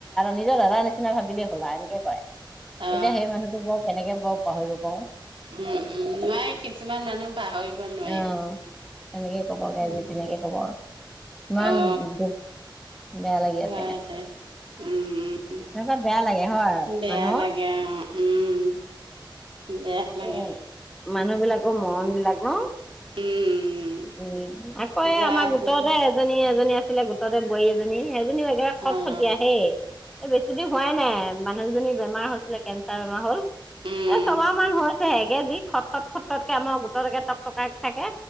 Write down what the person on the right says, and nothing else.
অ
উম, উম নোৱাৰি কিছুমান মানুহ। পাহৰিব নোৱাৰি,
উম।
অ
হয় দে উম, উম।
বেয়া
লাগে অ উম বেয়া লাগে।
উম,
যাৰ
গোটেই
অ',
উম,